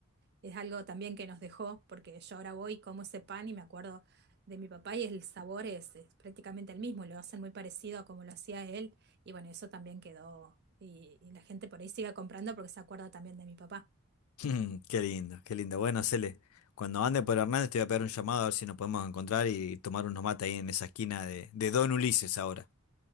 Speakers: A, on the right (about 50°); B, on the left (about 85°).
A: es algo también que nos dejó, porque yo ahora voy, como ese pan y me acuerdo de mi papá y el sabor es, es prácticamente el mismo, lo hacen muy parecido a como lo hacía él y bueno, eso también quedó y, y la gente por ahí sigue comprando porque se acuerda también de mi papá.
B: <laughs> Qué lindo, qué lindo. Bueno, Cele, cuando ande por Hernández te voy a pegar un llamado a ver si nos podemos encontrar y tomar unos mates ahí en esa esquina de, de Don Ulises ahora.